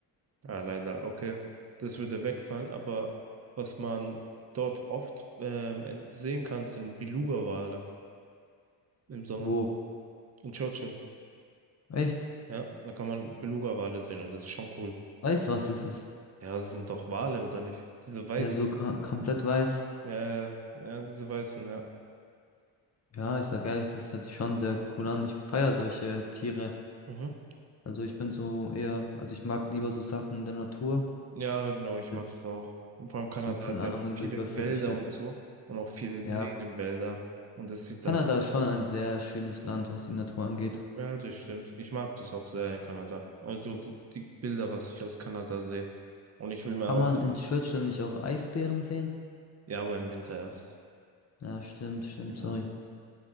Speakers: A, on the right (about 35°); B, on the left (about 35°).
A: Ja, leider, okay. Das würde wegfallen, aber was man dort oft ähm, ent- sehen kann, sind Beluga-Wale im Sommer.
B: Wo?
A: In Churchill.
B: Echt?
A: Ja, da kann man Beluga-Wale sehen und das ist schon cool.
B: Weiß, was es ist.
A: Ja, das sind doch Wale, oder nicht? Diese weißen.
B: Ja, so ka- komplett weiß.
A: Äh, ja, diese weißen, ja.
B: Ja, ich sag ehrlich, das hört sich schon sehr cool an. Ich feier solche Tiere.
A: Mhm.
B: Also ich bin so eher, also ich mag lieber so Sachen in der Natur
A: Ja, genau, ich
B: als
A: mag es auch. Und vor allem Kanada
B: so, keine
A: hat ja
B: Ahnung, in
A: viele
B: so überfüllten
A: Wälder
B: Städten.
A: und so und auch viele Seen
B: Ja.
A: in Wälder und es sieht dann
B: Kanada ist schon ein sehr schönes Land, was die Natur angeht.
A: Ja, das stimmt. Ich mag das auch sehr in Kanada. Also die, die Bilder, was ich aus Kanada sehe. Und ich will mir
B: Kann
A: auch,
B: man in Churchill nicht auch Eisbären sehen?
A: ja, aber im Winter erst.
B: Ja, stimmt, stimmt,
A: Ja,
B: sorry.